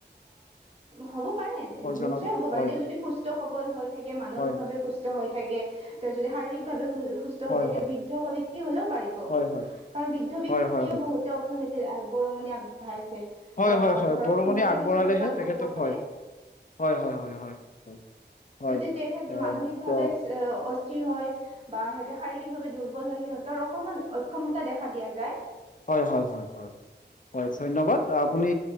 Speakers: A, on the right; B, on the left.
A: হ'ব পাৰে নিশ্চয়
B: হয় জনাব
A: হ'ব পাৰে
B: হয়
A: তেওঁ যদি সুস্থ সবল হৈ থাকে মানসিকভাৱে
B: হয়
A: সুস্থ হৈ থাকে তেওঁ যদি শাৰীৰিক ভাৱে সুস্থ
B: হয়
A: হৈ থাকে
B: হয়
A: বৃদ্ধ ব্যক্তি হলেও পাৰিব
B: হয় হয়
A: কাৰণ বৃদ্ধ ব্যাক্তিও
B: হয় হয়
A: বহুতে অৰ্থনীতিৰ বৰঙণি আগবঢ়াইছে
B: হয়
A: অ',
B: হয় হয়
A: ধৰক
B: বৰঙণি
A: সিহঁতেও
B: আগবঢ়ালেহে
A: কিছুমান কাম
B: তেখেতক
A: কৰিব পাৰে
B: হয় হয় হয় হয় হয় হয়
A: যদি তেখেত
B: অ'
A: মানসিকভাৱে
B: ত
A: অস্থিৰ হয় বা সিহঁতে শাৰীৰিক ভাৱে দুৰ্বল ব হয় সিহঁতৰ অকমান অক্ষমতা দেখা দিয়া যায়
B: হয় হয় হয় হয় হয় ধন্যবাদ আপুনি